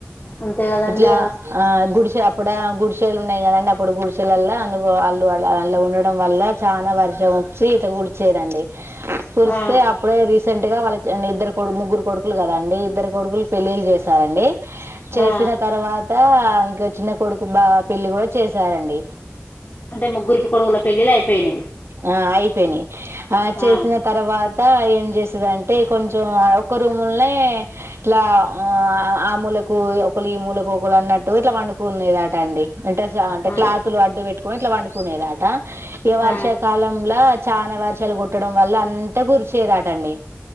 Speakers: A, on the left; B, on the right.
A: అంతే కదండి
B: ఇట్లా ఆ గుడిసె అప్పుడే గుడిసెలు ఉన్నాయి కదండి అప్పుడు గుడి <inaudible> అందుకు అల్లు అల ఉండడం వల్ల చాల వర్షం వచ్చి ఇత కుడిచేదండి కురిస్తే
A: ఆ
B: అప్పుడే రీసెంట్గా వాళ్ళ ఇద్దరు కొడు ముగ్గురు కొడుకులు కదండి ఇద్దరు కొడుకులు పెళ్ళిళ్ళు చేసారండి. చేసిన
A: ఆ
B: తర్వాత ఇగ చిన్న కొడుకు బా పెళ్ళి కూడా చేసారండి
A: అంటే ముగ్గురు కొడుకుల పెళ్ళిళ్ళు అయిపోయినాయి
B: ఆ అయిపోయినయి. చేసిన
A: ఆ
B: తర్వా ఆ ఏం చేస్ అంటే కొంచెం ఒక రూముల్నే ఇలా ఆ మూలకు ఈ మూల కోకల్ అన్నట్ ఇట్లా పండుకునేదట అండిం అంటే
A: ఆ
B: క్లాతులు అడ్డు పెట్టుకని ఇట్లా పండు కొనేదటా ఈ వర్షకాలంలా
A: ఆ
B: చాలా వర్షాలు కొ ట్టడం వల్ల అంత కురిసేదటండి